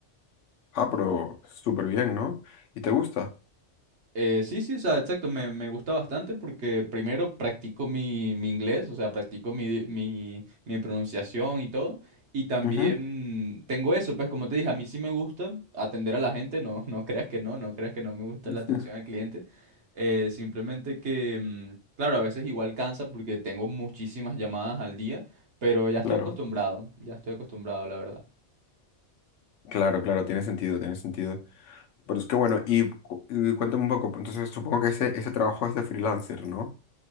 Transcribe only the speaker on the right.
Eh, sí, sí, o sea, exacto, me, me gusta bastante porque primero practico mi, mi inglés, o sea, practico mi, mi, mi pronunciación y todo, y también
tengo eso, pues como te dije, a mí sí me gusta atender a la gente, no, <laughs> no creas que no, no creas que no me gusta
la atención al cliente, eh, simplemente que, mm, claro, a veces igual cansa porque tengo muchísimas llamadas al día, pero ya estoy
acostumbrado, ya estoy acostumbrado, la verdad.